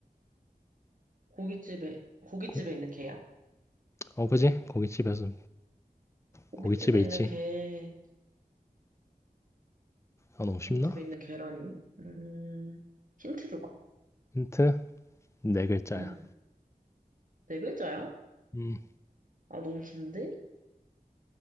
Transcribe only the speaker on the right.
고깃집에, 고깃집에
있는 개야?
고깃집에
있는 개.
고깃집에
있는 계란이? 음, 힌트 줘봐.
응. 네 글자야?
아, 너무 긴데?